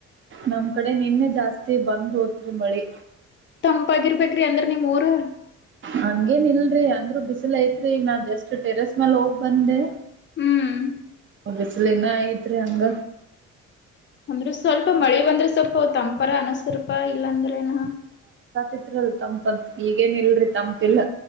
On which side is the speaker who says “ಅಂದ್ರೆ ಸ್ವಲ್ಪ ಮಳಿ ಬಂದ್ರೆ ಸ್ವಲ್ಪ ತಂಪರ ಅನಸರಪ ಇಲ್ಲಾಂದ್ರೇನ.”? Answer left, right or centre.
Left